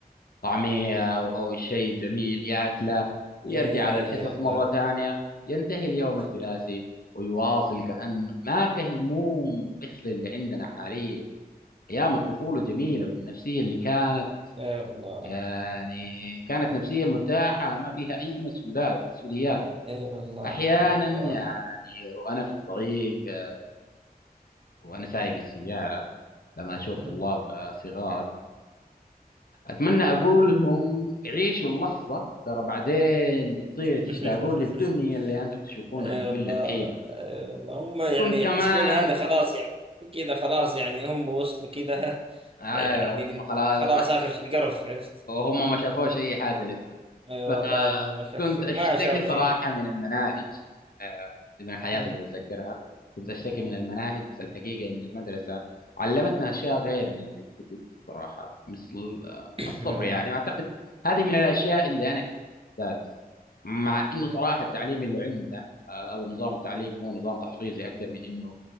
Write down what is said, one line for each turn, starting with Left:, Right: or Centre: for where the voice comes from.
Left: طعمية أو أو الشيء الجميل ياكله ويرجع
Right: ايه
Left: على الحصص
Right: والله
Left: مرة ثانية ينتهي اليوم الدراسي
Right: ايه
Left: ويواصل كأنه ما في هموم مثل اللي عندنا حاليا أيام الطفولة جميلة والنفسية اللي كانت
Right: والله
Left: يعني كانت نفسية مرتاحة ما فيها أي مسؤولات مسؤوليات
Right: ايه والله
Left: أحيانا يعني وأنا في الطريق آه، وأنا سايق السيارة لما أشوف
Right: ايه
Left: طلاب آه، صغار أتمنى أقول لهم عيشوا اللحظة ترى بعدين بتصير تشتاقون
Right: والله <laughs>
Left: للدنيا اللي أنتم تشوفونها
Right: اي
Left: مملة
Right: والله
Left: الحين
Right: اي والله هم يعني
Left: وكنت كمان
Right: يحسبون هذا خلاص يعني كذا خلاص يعني هم وصلوا كذا <laughs>
Left: أيوه
Right: يعني
Left: هم خلاص
Right: خلاص
Left: ما-
Right: اخر شيء القرف عرفت
Left: هم ما شافوش أي حاجة لسه
Right: اي
Left: فكنت
Right: والله ما شافوا شيء
Left: أشتكي
Right: ما شافوا
Left: صراحة
Right: شيء
Left: من المناهج آه، دي من الحياة
Right: مم.
Left: اللي بتذكرها كنت أشتكي من المناهج بس الحقيقة إن المدرسة علمتنا أشياء غير اللي بالكتب صراحة مثل آه،
Right: <coughs> اي
Left: الصبر
Right: والله
Left: يعني أعتقد هذه من الأشياء اللي أنا أحب أدرس مع إنه صراحة التعليم اللي عندنا آه، أو النظام التعليمي هو نظام تحفيظي أكثر من إنه